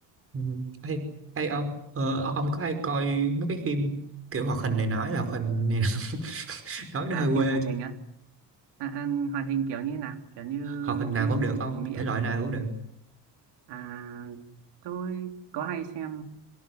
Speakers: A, on the right; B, on the right.
A: ừ. hay hay ông ờ, ông có hay coi mấy cái phim kiểu hoạt hình này nói là hoạt hình này <laughs> nói nó
B: à
A: hơi
B: phim
A: quê
B: hoạt
A: chứ.
B: hình á à, à, hoạt hình kiểu như thế nào kiểu như
A: hoạt hình nào
B: phim
A: cũng được ông
B: của Mỹ
A: thể
B: á
A: loại nào cũng được
B: à tôi có hay xem